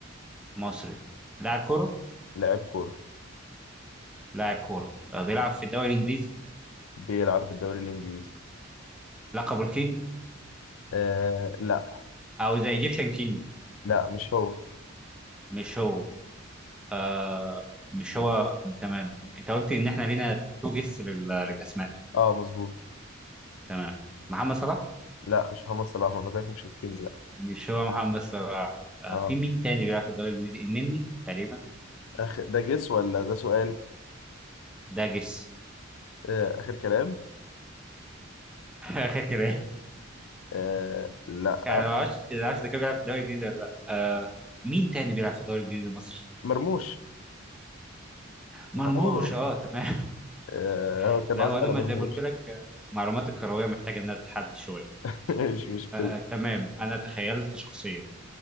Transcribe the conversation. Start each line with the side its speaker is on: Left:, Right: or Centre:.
Centre: مصري لاعب كوره
Left: لاعب كورة
Centre: لاعب كوره آه بيلعب في الدوري الانجليزي
Left: بيلعب في الدوري الانجليزي
Centre: لقب الكينج
Left: آه لا
Centre: او ذا ايجيبشن كينج
Left: لا مش هو
Centre: مش هو آه مش هو تمام انت قلت ان احنا لينا تو جيس للاسماء
Left: اه مظبوط
Centre: تمام محمد صلاح
Left: لا مش محمد صلاح ما بتاعك مش الكينج لا
Centre: مش هو محمد صلاح آه
Left: اه
Centre: في مين تاني بيلعب في الدوري الانجليزي النني تقريبا
Left: اخر ده جس ولا ده سؤال
Centre: ده جيس
Left: آه اخر كلام
Centre: <laughs> اخر كلام
Left: آه لا
Centre: يعني ما اعرفش ما اعرفش ده كان بيلعب في الدوري الانجليزي ولا لا آه مين تاني بيلعب في الدوري الانجليزي المصري
Left: مرموش محمد
Centre: مرموش
Left: مرموش
Centre: اه تمام
Left: آه،
Centre: <laughs>
Left: هو كان
Centre: لا
Left: قصدي
Centre: وانا
Left: على
Centre: ما
Left: مرموش
Centre: زي ما قلت لك آه، معلومات الكرويه محتاجه انها تتحدد شويه
Left: <laughs> مش مشكلة
Centre: آه آه، تمام انا تخيلت شخصيه